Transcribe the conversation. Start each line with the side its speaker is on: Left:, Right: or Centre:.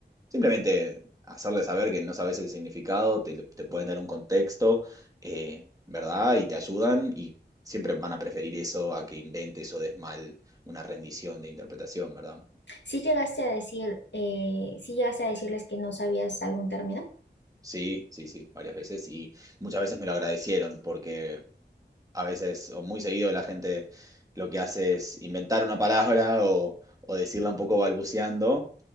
Right: simplemente hacerle saber que no sabes el significado, te, te pueden dar un contexto, eh, ¿verdad? Y te ayudan y siempre van a preferir eso a que inventes o des mal una rendición de interpretación, ¿verdad?
Left: ¿Sí llegaste a decir, eh, sí llegaste a decirles que no sabías algún término?
Right: Sí, sí, sí, varias veces y muchas veces me lo agradecieron porque a veces o muy seguido la gente lo que hace es inventar una palabra o, o decirla un poco balbuceando